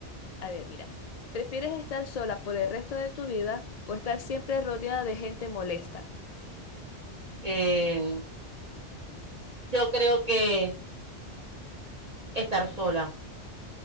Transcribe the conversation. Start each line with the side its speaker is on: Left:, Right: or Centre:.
Left: A ver, mira. ¿Prefieres estar sola por el resto de tu vida o estar siempre rodeada de gente molesta?
Right: Eh, yo creo que estar sola.